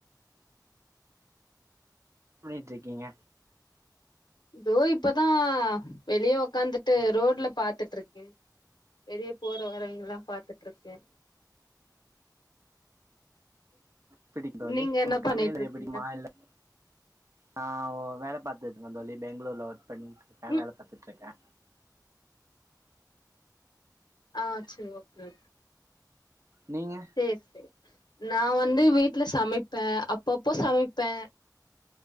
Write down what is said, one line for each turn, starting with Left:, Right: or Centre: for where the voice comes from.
Right: என்ன பண்ணிட்டு இர்க்கீங்க
Left: தோ இப்பதா வெளியே ஒக்காந்துட்டு ரோட்ல பாத்துட்டு இர்க்கே வெளிய போற வரவங்கலா பாத்துட்டு இருக்கே
Right: எப்டி தோழி
Left: நீங்க என்ன
Right: ஒங்க
Left: பண்ணிட்டு
Right: சமையல்
Left: இருக்கீங்க
Right: <unintelligible> நா வேல பாத்துட்டு இருக்கே தோழி பெங்ளூர்ல ஒர்க் பண்ணிட்டு இருக்கே
Left: ம்
Right: வேல பாத்துட்டு இருக்கே
Left: ஆ செரி ஓகே
Right: நீங்க
Left: சேர் நா வந்து வீட்ல சமைப்பே அப்பப்போ சமைப்பே